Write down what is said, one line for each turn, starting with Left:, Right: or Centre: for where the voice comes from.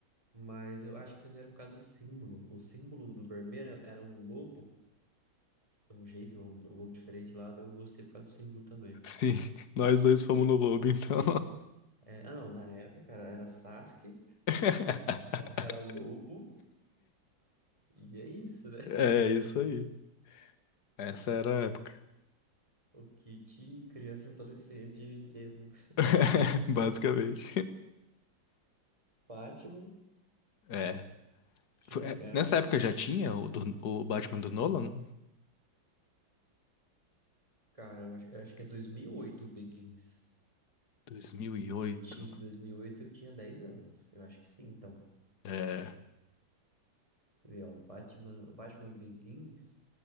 Right: Mas eu acho que também era por causa do símbolo. O símbolo do vermelho era um lobo, de um jeito, um lobo diferente lá, daí eu gostei por causa do símbolo também.
Left: Sim, nós dois fomos no lobo, então.
Right: É, ah, não, na época era, era Sasuke,
Left: <laughs>
Right: era Lobo, e é isso, né?
Left: É isso aí. Essa era a época.
Right: O kit criança adolescente emo.
Left: <laughs> Basicamente.
Right: Batman,
Left: É.
Right: que
Left: Foi-
Right: jogava.
Left: é, Nessa época já tinha o, do- o Batman do Nolan?
Right: Cara, eu acho, eu acho que é 2008 o Begins.
Left: dois mil e oito,
Right: Eu tinha, 2008 eu tinha 10 anos. Eu acho que sim, então.
Left: É.
Right: Quer ver ó, Batman, o Batman Begins.